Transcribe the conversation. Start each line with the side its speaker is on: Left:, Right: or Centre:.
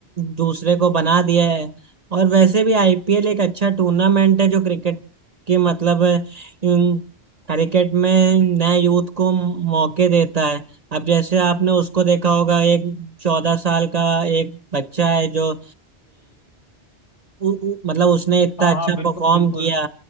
Right: दूसरे को बना दिया है और वैसे भी आईपीएल एक अच्छा टूर्नामेंट है जो क्रिकेट के मतलब अम, क्रिकेट में नए यूथ को मौके देता है अब जैसे आपने उसको देखा होगा एक चौदह साल का एक बच्चा है जो उ- उ- मतलब उसने इतना
Left: हाँ
Right: अच्छा
Left: हाँ बिल्कुल
Right: परफॉर्म
Left: बिल्कुल
Right: किया